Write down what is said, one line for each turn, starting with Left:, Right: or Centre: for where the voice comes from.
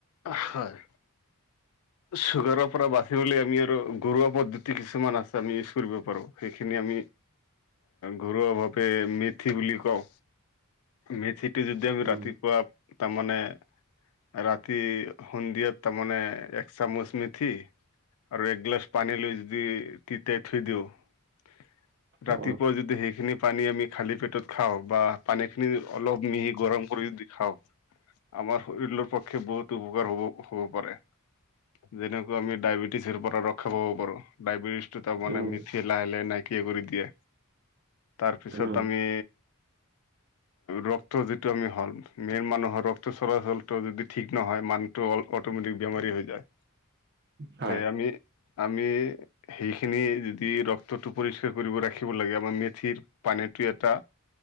Left: হয়, চুগাৰৰ পৰা বাচিবলে আমি আৰু গৰুৱা পদ্ধতি কিছুমান আছে। আমি ইউজ্ কৰিব পাৰো সেইখিনি আম ঘৰুৱা ভাৱে মেথি বুলি কওঁ। মেথি যদি আমি
Right: উম
Left: ৰাতিপুৱা তামানে ৰাতি সন্দিয়াত তামানে, এক চামুচ মেথি, আৰু এক্ গিলাছ পানী লৈ যদি তিতাই থৈ দিও <unintelligible> ৰাতিপুৱা
Right: অ
Left: যদি সেইখিনি পানী আমি খালী পেটত খাওঁ বা পানীখিনি অলপ মিহি গৰম কৰি খাওঁ, আমাৰ শৰীৰৰ পক্ষে বহুত উপকাৰ হ'ব হ'ব পাৰে। যেনেকৈ আমি ডায়বেটিছেৰ পৰা ৰক্ষা পাব পাৰো, ডায়বেটিছ টো তাৰ মানে
Right: উম
Left: মিথি লাহে লাহে নাইক কিয়া কৰি দিয়ে। তাৰপিছত
Right: উম
Left: আমি ৰক্ত যিটো আমি হ'ম, মেন মানুহৰ ৰক্ত চলাচলটো যদি ঠিক নহয় মানুহটো অট'মেটিক বেমাৰী হৈ যায়।
Right: হয়
Left: তে আমি আমি সেইখিনি যদি ৰক্তটো পৰিষ্কাৰ কৰিব ৰাখিব লাগে। আমাৰ মেথিৰ পানী এইটো এটা